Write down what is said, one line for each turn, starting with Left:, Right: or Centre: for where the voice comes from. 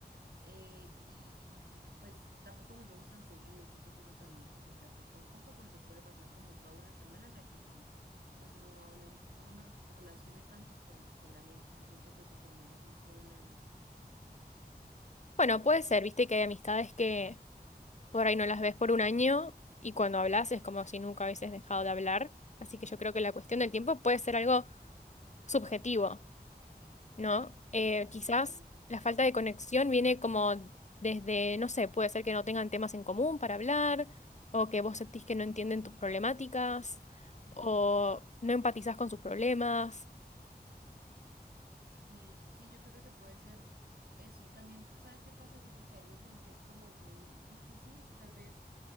Right: eh, y pues tampoco nos vemos tan seguido. Siento que eso también como que afecta un poco porque puede pasar como toda una semana en la que yo pues no hable, no me relacione tanto con, con la gente y siento que eso también es un problema.
Left: Bueno, puede ser, viste que hay amistades que por ahí no las ves por un año y cuando hablas es como si nunca hubieses dejado de hablar. Así que yo creo que la
Right: Sí.
Left: cuestión del tiempo puede ser algo subjetivo, ¿no? Eh,
Right: Sí,
Left: quizás
Right: puede ser.
Left: la falta de conexión viene como desde, no sé, puede ser que no tengan temas en común para hablar o que vos sentís que no entienden tus problemáticas
Right: Ujú.
Left: o no empatizás con sus problemas.
Right: Sí, sí, yo creo que puede ser eso. También, ¿sabes qué pasa? Siento que hay veces en que es como muy difícil, tal vez,